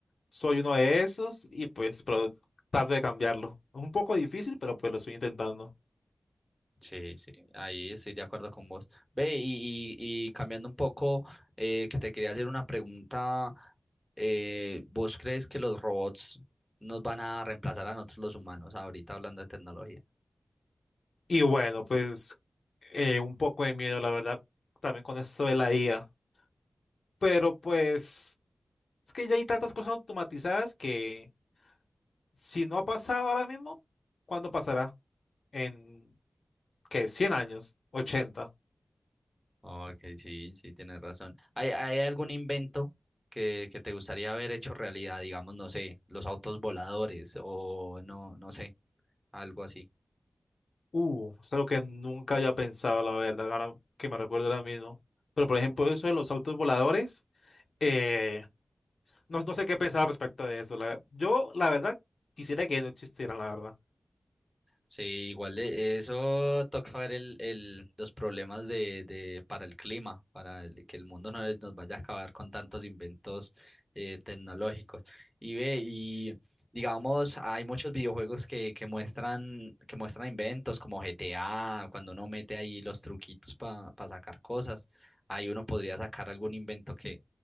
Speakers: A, on the left; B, in the centre.
A: soy uno de esos y pues pero trato de cambiarlo. Es un poco difícil, pero pues lo estoy intentando.
B: Sí, sí, ahí estoy de acuerdo con vos. Ve, y, y, y cambiando un poco, eh, que te quería hacer una pregunta, eh, ¿vos crees que los robots nos van a reemplazar a nosotros los humanos, ahorita hablando de tecnología?
A: Y bueno, pues eh, un poco de miedo, la verdad, también con esto de la IA. Pero pues es que ya hay tantas cosas automatizadas que si no ha pasado ahora mismo, ¿cuándo pasará? ¿En qué? cien años? ochenta
B: Ok, sí, sí, tienes razón. ¿Hay, hay algún invento que, que te gustaría haber hecho realidad? Digamos, no sé, los autos voladores o no, no sé, algo así.
A: Uh, es algo que nunca había pensado, la verdad, ahora que me recuerdo ahora mismo. Pero por ejemplo, eso de los autos voladores, eh, no, no sé qué pensar al respecto de eso. la- yo, la verdad, quisiera que no existieran, la verdad.
B: Sí, igual eh, eso toca ver el, el, los problemas de, de, para el clima, para el- que el mundo no nos vaya a acabar con tantos inventos eh, tecnológicos. Y ve, y digamos, hay muchos videojuegos que, que muestran, que muestran inventos como GTA, cuando uno mete ahí los truquitos para sacar cosas, ahí uno podría sacar algún invento que,